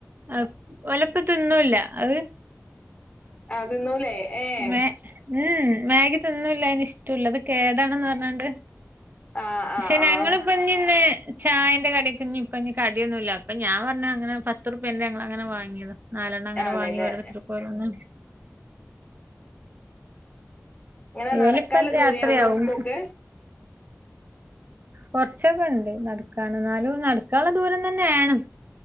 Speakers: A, on the right; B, on the left.
A: അഹ് ഓലപ്പതിന്നൂല്ല അഹ്
B: അഹ് തിന്നൂലേ? ഏഹ്
A: മെ ഉംഉം മേഗി തിന്നൂല്ല അയ്നിഷ് റ്റൂല്ല അത്കേടാണെന്ന് പർഞ്ഞാണ്ട്
B: ആഹ്
A: പക്ഷേ
B: ആഹ്
A: ഞങ്ങളിപ്പഞ്ഞിന്ന്
B: ആഹ്
A: ചായന്റെ കടിക്ക് ഇഞ്ഞ്പ്പഞ്ഞ് കടിയൊന്നുല്ല അപ്പൊ ഞാൻ പർഞ്ഞ് അങ്ങറെ പത്തുർപ്യന്റെ ഞങ്ങളങ്ങനെ വാങ്ങിതാ നാലെണ്ണം അങ്ങനെ
B: ആണ്ല്ലേ
A: വാങ്ങി ഓരോര്ത്തര്ക്കോരോന്ന്
B: എങ്ങനെ
A: ഇവലിപ്പ
B: നടക്കാള്ള
A: രാത്രിയാവും
B: ദൂരെയൊള്ളൂ സ്കൂക്ക്? <inaudible>
A: കൊർച്ചൊകെണ്ട് നടക്കാനും ന്നാലും നടക്കാള്ള ദൂരം തന്നേണ്.